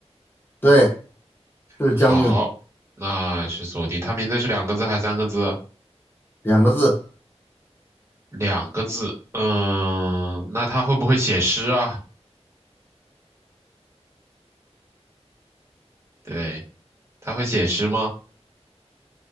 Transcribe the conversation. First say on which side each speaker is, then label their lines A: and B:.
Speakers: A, on the left; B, on the right.
A: 对，是将军
B: 好，那是锁定。他名字是两个字还是三个字？
A: 两个字，
B: 两个字。嗯，那他会不会写诗啊？对，他会写诗吗？